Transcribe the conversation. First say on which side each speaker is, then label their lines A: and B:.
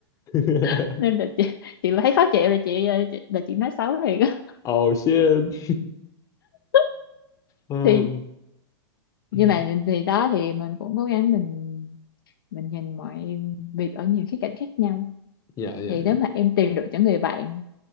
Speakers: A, on the left (about 25°); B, on the left (about 55°).
A: <laughs>
B: <laughs> nên là chị chị thấy khó chịu rồi chị, ờ, chị là chị nói xấu liền á
A: oh shit
B: <laughs>
A: um,
B: thì
A: <clears throat>
B: nhưng mà thì đó thì mình cũng cố gắng mình mình nhìn mọi việc ở nhiều khía cạnh khác nhau
A: dạ dạ
B: thì nếu
A: dạ
B: mà em tìm được những người bạn